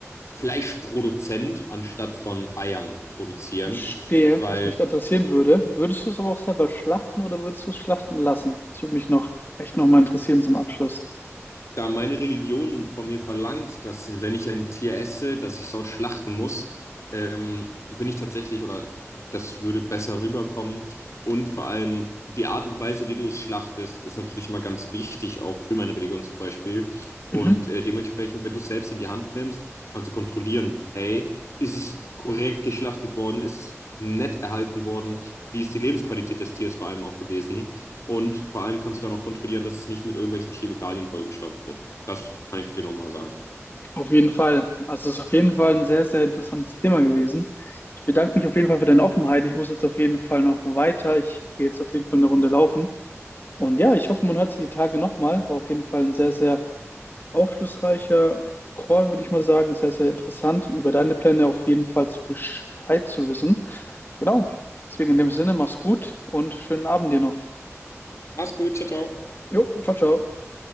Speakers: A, on the left; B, on the left.
A: Fleischproduzent anstatt von Eiern produzieren,
B: Verstehe,
A: weil
B: was mich da interessieren würde. Würdest du es aber auch selber schlachten oder würdest du es schlachten lassen? Das würde mich noch echt nochmal interessieren zum Abschluss.
A: da meine Religion von mir verlangt, dass wenn ich ein Tier esse, dass ich es auch schlachten muss, ähm, bin ich tatsächlich, oder das würde besser rüberkommen. Und vor allem die Art und Weise, wie du es schlachtest, ist natürlich immer ganz wichtig, auch für meine Religion zum Beispiel. Und
B: Mhm.
A: äh, dementsprechend, wenn du es selbst in die Hand nimmst, kannst du kontrollieren, hey, ist es korrekt geschlachtet worden, ist es nett erhalten worden, wie ist die Lebensqualität des Tieres vor allem auch gewesen. Und vor allem kannst du dann auch kontrollieren, dass es nicht mit irgendwelchen Chemikalien vollgestopft wird. Das kann ich dir nochmal sagen.
B: Auf jeden Fall. Also es ist auf jeden Fall ein sehr, sehr interessantes Thema gewesen. Ich bedanke mich auf jeden Fall für deine Offenheit. Ich muss jetzt auf jeden Fall noch weiter. Ich gehe jetzt auf jeden Fall eine Runde laufen. Und ja, ich hoffe, man hört sich die Tage nochmal. War auf jeden Fall ein sehr, sehr aufschlussreicher Call, würde ich mal sagen. Sehr, sehr interessant, über deine Pläne auf jeden Fall zu Bescheid zu wissen. Genau. Deswegen in dem Sinne, mach's gut und schönen Abend dir noch.
A: Mach's gut, ciao, ciao.
B: Jo, ciao, ciao.